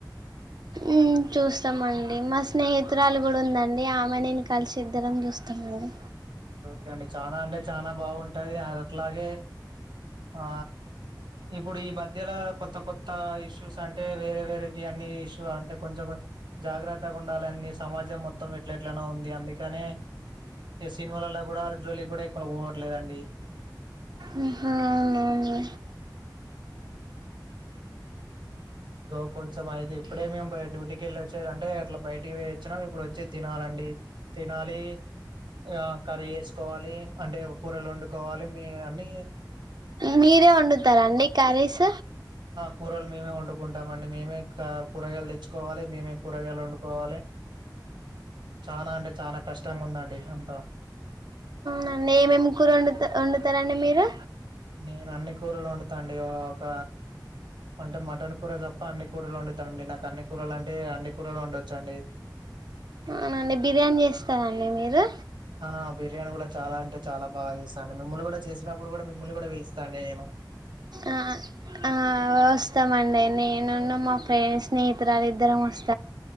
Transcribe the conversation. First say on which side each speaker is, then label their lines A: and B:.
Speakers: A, on the right; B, on the right.
A: ఉమ్ చూస్తామండి మా స్నేహితురాలు కూడా ఉందండి ఆమె నేను కలిసి ఇద్దరం చూస్తామండి
B: ఓకే ఓకే అండి చానా అంటే చానా బాగుంటది అట్లాగే ఆ ఇప్పుడు ఈ మధ్యలో కొత్త కొత్త ఇష్యూస్ అంటే వేరే వేరే అన్ని ఇష్యూ అంటే కొంచెం జాగ్రత్తగా ఉండాలని సమాజం మొత్తం ఎట్ల ఎట్లనే ఉంది అందుకనే ఈ సినిమాలలో కూడా జోలి గుడా ఎక్కువ పోవట్లేదండి
A: ఉ హా అవును
B: ఆ లో కొంచెం అయితే ఇప్పుడే మేము డ్యూటీకి వెళ్ళి వచ్చే అంటే అట్లా బయటికి వేచ్చినాము ఇప్పుడు వచ్చి తినాలండి తినాలి ఆ కర్రీ వేసుకోవాలి అంటే కూరలు వండుకోవాలి మీ అన్ని
A: మీరే ఏ వండుతారండి కర్రీస్
B: కూరల్ మేమే వండు కుంటామండి మేమే క కూరగాయలు తెచ్చుకోవాలి మేమే కూరగాయలు వండుకోవాలి చానా అంటే చానా కష్టంగా ఉందండి అంత
A: నండి ఏమేం కూర వండుత వండుతారండి మీరు
B: నేను అన్ని కూరలు వండుతాండి ఆ ఒక అంటే మటన్ కూర తప్ప అన్ని కూరలు వండుతానండి నాకు అన్ని కూరలు అంటే అన్ని కూరలు వండొచ్చండి
A: అవుండి బిర్యానీ చేస్తారండి మీరు
B: ఆ బిర్యానీ కూడా చాలా అంటే చాలా బాగా చేస్తోండి మిమ్మల్ని కూడా చేసినప్పుడు కూడా మిమ్మల్ని కూడా పిలుస్తానేమో
A: ఆ ఆ వస్తామండి నే ను నన్న మా ఫ్రెండ్స్ స్నేహితురాలు ఇద్దరం వస్త